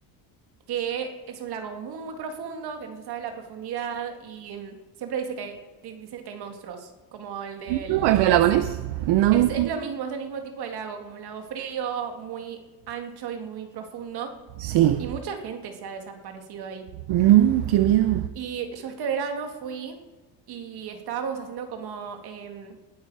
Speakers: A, on the right (about 70°); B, on the right (about 80°).
A: que es un lago muy, muy profundo, que no se sabe la profundidad y mm, siempre dice que hay- di- dicen que hay monstruos, como el del
B: No,
A: lago
B: ¿el de
A: Ness.
B: lagones? No,
A: Es, es lo mismo, es el mismo tipo de lago, como un lago frío, muy ancho y muy profundo.
B: sí.
A: Y mucha gente se ha desaparecido ahí.
B: No, qué miedo.
A: Y yo este verano fui y estábamos haciendo como, em,